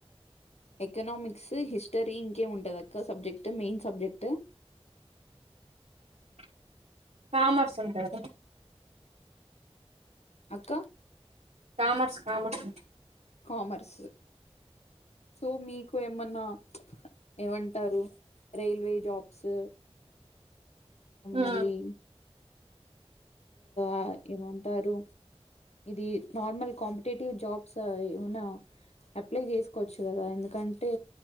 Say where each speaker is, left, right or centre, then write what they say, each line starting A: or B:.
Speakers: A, on the left (about 80°); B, on the right (about 80°).
A: ఎకనామిక్స్ హిస్టరీ ఇంకేముంటది అక్క సబ్జెక్ట్ మెయిన్ సబ్జెక్ట్
B: <inaudible> కామర్స్ ఉంటది
A: అక్క
B: కామర్స్ కామర్స్.
A: కామర్స్. సో మీకు ఏమన్నా, ఏమంటారు రైల్వే జాబ్స్
B: ఆ
A: మళ్ళీ ఆ ఏమంటారు. ఇది నార్మల్ కాంపిటేటివ్ జాబ్స్ ఏమైనా అప్లై చేసుకోవచ్చు కదా, ఎందుకంటే